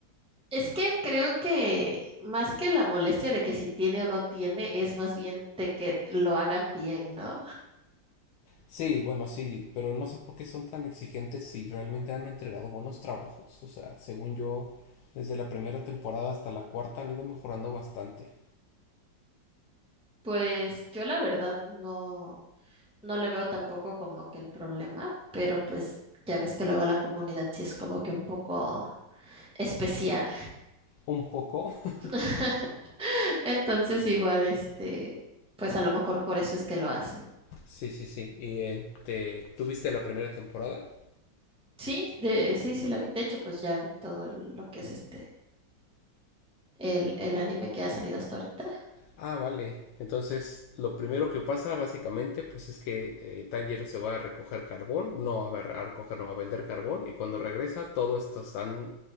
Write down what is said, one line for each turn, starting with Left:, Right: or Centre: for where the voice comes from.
Centre: Es que creo que más que la molestia de que si tiene o no tiene, es más bien de que lo hagan bien, ¿no?
Left: Sí, bueno, sí, pero no sé por qué son tan exigentes si realmente han entregado buenos trabajos. O sea, según yo, desde la primera temporada hasta la cuarta han ido mejorando bastante.
Centre: Pues yo la verdad no. No le veo tampoco como que el problema, pero pues ya ves que luego la comunidad sí es como que un poco especial.
Left: Un poco. <laughs>
Centre: <laughs> Entonces igual, este, pues a lo mejor por eso es que lo hacen.
Left: Sí, sí, sí. Y eh, te, ¿tuviste la primera temporada?
Centre: Sí, de, sí, sí la vi. De hecho, pues ya vi todo el- lo que es este, el, el anime que ha salido hasta ahorita.
Left: Ah, vale. Entonces, lo primero que pasa básicamente, pues es que eh, Tanjiro se va a recoger carbón, no a, ver, a recoger, no, a vender carbón, y cuando regresa, todos estos están